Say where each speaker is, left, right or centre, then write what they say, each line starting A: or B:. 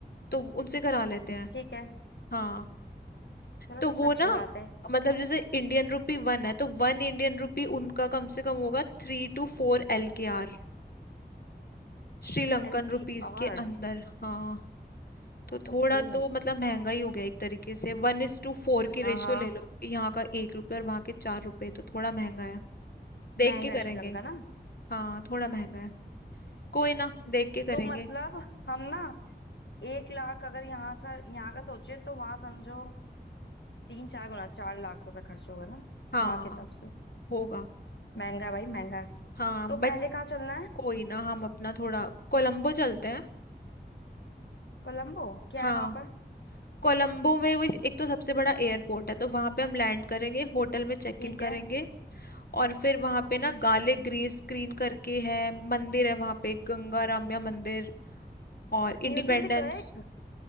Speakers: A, on the left; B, on the left.
A: तो उनसे करा लेते हैं
B: ठीक है
A: हाँ
B: चलो
A: तो
B: सबसे
A: वो
B: अच्छी
A: ना
B: बात है
A: मतलब जैसे इंडियन रुपी वन है तो वन इंडियन रुपी उनका कम से कम होगा three two four L K R Sri Lankan
B: एल
A: rupees
B: की आर
A: के अंदर हाँ तो थोड़ा
B: ओके
A: तो मतलब महंगा ही हो गया एक तरीके से वन इज टू फोर की
B: हाँ
A: रेशियो
B: हाँ
A: ले लो यहाँ का एक रुपये और वहाँ के चार रुपए तो थोड़ा महंगा है देख
B: महंगा
A: के
B: है
A: करेंगे
B: श्रीलंका ना
A: हाँ थोड़ा महंगा है कोई ना देख के करेंगे
B: तो मतलब हम ना एक लाख अगर यहाँ सा यहाँ का सोचे तो वहां समझो तीन चार गुना चार लाख रुपए खर्च होगा ना
A: हाँ
B: वहां के हिसाब से
A: होगा
B: महंगा है भाई महंगा है
A: हाँ
B: तो
A: बट
B: पहले कहाँ चलना है
A: कोई ना हम अपना थोड़ा कोलंबो चलते हैं
B: कोलंबो क्या
A: हाँ
B: है वहां पर
A: कोलंबो में वो एक तो सबसे बड़ा एयरपोर्ट है तो वहां पे हम लैंड करेंगे होटल में चेक
B: ठीक
A: इन
B: है
A: करेंगे और फिर वहां पे ना गाले ग्रीस स्क्रीन करके है मंदिर है वहां पे गंगा रामया मंदिर और इंडिपेंडेंस
B: म्यूजियम भी तो है एक